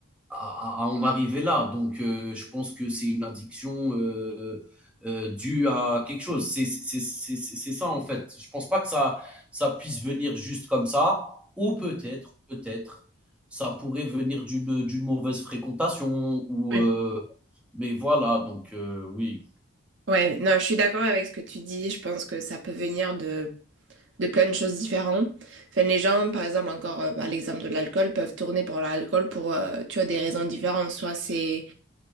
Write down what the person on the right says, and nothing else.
Oui.
Ouais, non, je suis d'accord avec ce que tu dis. Je pense que ça peut venir de, de plein de choses différentes. Enfin, les gens, par exemple, encore euh, à l'exemple de l'alcool, peuvent tourner pour l'alcool pour, euh, tu vois, des raisons différentes. Soit c'est,